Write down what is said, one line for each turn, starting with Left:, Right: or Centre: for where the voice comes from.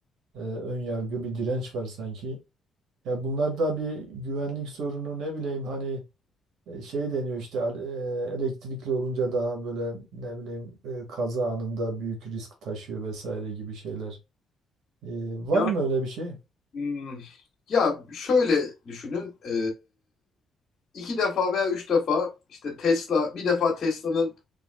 Right: e, ön yargı bir direnç var sanki. Ya bunlar da bir güvenlik sorunu ne bileyim hani e, şey deniyor işte al- e, elektrikli olunca daha böyle ne bileyim e, kaza anında büyük risk taşıyor vesaire gibi şeyler. E, var
Left: Ya,
Right: mı öyle bir şey?
Left: hmm, ya şöyle düşünün. e, iki defa veya üç defa işte Tesla bir defa Tesla'nın